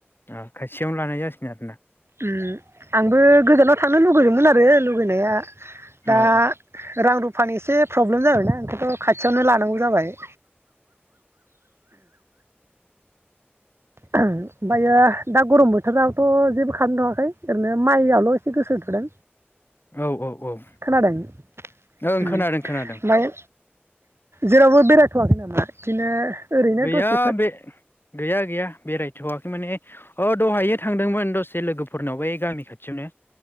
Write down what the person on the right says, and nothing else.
उम आंबो गोजानाव थांनो लुब <unintelligible> मोन आरो लुगैनाया। दा
रां रुफ फानि एसे प्रब्लेम जाबायना ओंखायथ' खाथियावनो लानांगौ जाबाय। ओमफायो दा गरम बोथोरावथ' जेबो खालामथ'ङाखै ओरैनो माइआवल' एसे गोसो होथोदों
खोनादों उम
फाय जेरावबो बेरायथ'आखै नामा? बिदिनो ओरैनो
दसेफोर?